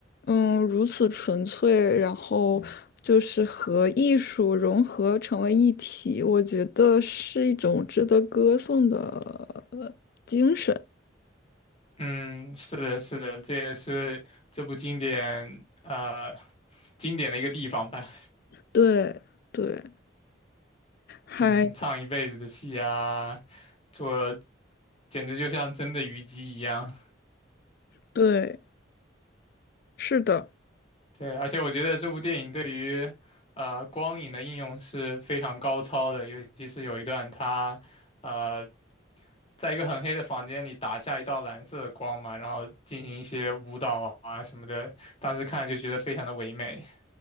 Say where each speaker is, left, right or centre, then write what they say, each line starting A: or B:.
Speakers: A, on the left; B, on the left.
A: 嗯，如此纯粹，然后就是和艺术融合成为一体，我觉得是一种值得歌颂的呃精神，
B: 嗯，是的，是的，这也是这部经典，啊，经典的一个地方吧。
A: 对对，还。
B: 嗯，唱一辈子的戏啊，做。简直就像真的虞姬一样。
A: 对，是的，
B: 对，而且我觉得这部电影对于呃光影的应用是非常高超的，尤其是有一段他呃在一个很黑的房间里打下一道蓝色的光嘛，然后进行一些舞蹈啊什么的，当时看就觉得非常的唯美。